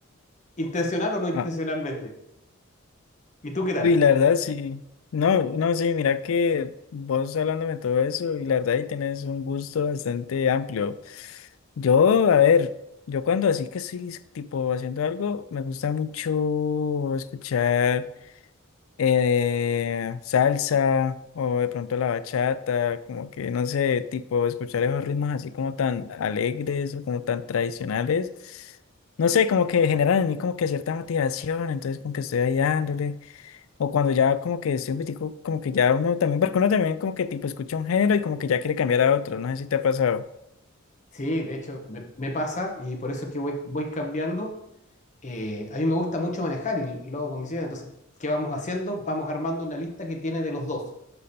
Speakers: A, on the left; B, on the left.
A: intencional o no intencionalmente.
B: <laughs>
A: ¿Y tú qué tal?
B: Y la verdad, sí. No, no, sí, mira que vos hablándome todo eso y la verdad ahí tienes un gusto bastante amplio. Yo, a ver, yo cuando así que estoy tipo haciendo algo, me gusta mucho escuchar eh, salsa o de pronto la bachata, como que no sé, tipo escuchar esos ritmos así como tan alegres o como tan tradicionales. No sé, como que generan en mí como que cierta motivación, entonces como que estoy ahí dándole. O cuando ya como que estoy un poquitico, como que ya uno también, porque uno también como que tipo escucha un género y como que ya quiere cambiar a otro, no sé si te ha pasado.
A: Sí, de hecho me, me pasa y por eso es que voy, voy cambiando. Eh, a mí me gusta mucho manejar y, y lo hago con mis hijas. Entonces, ¿qué vamos haciendo? Vamos armando una lista que tiene de los dos.